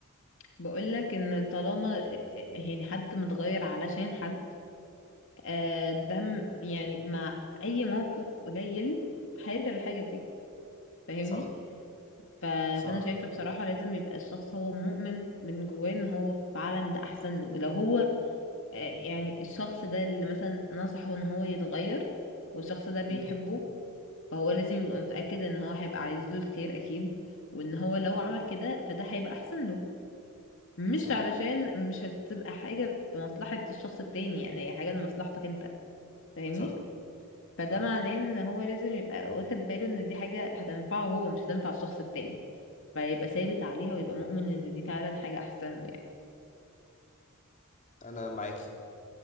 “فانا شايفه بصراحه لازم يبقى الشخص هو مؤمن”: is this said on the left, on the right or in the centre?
Left